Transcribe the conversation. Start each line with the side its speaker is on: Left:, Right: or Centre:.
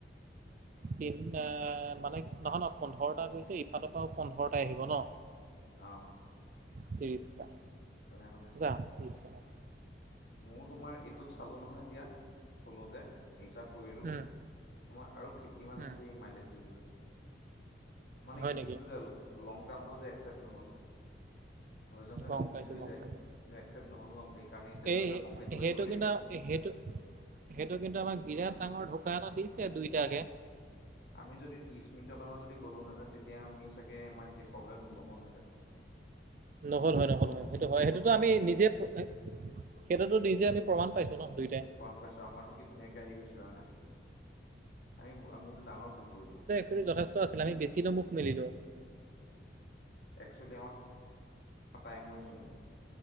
Right: তিনটা মানে নহয় নহয়, পোন্ধৰটা গৈছে। ইফালৰ পৰাও পোন্ধৰটাই আহিব ন'।
Left: অহ।
Right: ত্ৰিশ টা।
Left: তেনে হ'লে
Right: যা <inaudible>
Left: মোৰ তোমাৰ এইটোত চালো নহয় এতিয়া, খোলোতে হিচাপ কৰিলো,
Right: উম
Left: তোমাৰ আৰু ফিফটি মান
Right: উম
Left: আছেই মাইলেজ দিবলে। মানে
Right: হয়
Left: ইকিছু
Right: নেকি
Left: জেল লং টাৰ্মটো যে একচেপট নহ'ল। হয় যোৱা হেতেন
Right: গম
Left: কমপ্লিট
Right: পাইছো
Left: হৈ
Right: গম
Left: যায়,
Right: পাইছো
Left: কিন একচেপ্ট নহল ন সেইকাৰণে এতিয়াতো
Right: এই
Left: এতিয়া
Right: হেই
Left: কমপ্লিট কৰিবই
Right: সেইটো
Left: লাগিব
Right: কিন্তু সেইটো, সেইটো কিন্তু আমাক বিৰাট
Left: উম
Right: ডাঙৰ ঢুকা এটা দিছে, দুইটাকে।
Left: আমি যদি ত্ৰিছ-মিনিটৰ কাৰণেও যদি গ'লো হেতেন, তেতিয়া আমি চাগে ইমান প্ৰব্লেম নহ'ল হেতেন।
Right: নহ'ল হয়, নহ'ল হয়,
Left: গুচি
Right: সেইটো
Left: গুচি
Right: হয়। সেইটোতো
Left: গ'লো ন
Right: আমি নিজে ফ্ৰ এ সেইটোতো নিজে আমি প্ৰমাণ পাইছোঁ ন' দুইটাই।
Left: প্ৰমাণ পাইছো, আমাৰতো কি ধুনীয়াকে আহি গৈছে নহয়নে, আমি, আমি সেইটো ডাঙৰ ভুল কৰিলোঁ।
Right: সেইটো যথেষ্ট আছিলে, আমি বেছিলৈ মুখ মেলিলোঁ।
Left: একচুৱেলি আমাৰ, <inaudible> টাইম‌ ৱেষ্ট হল,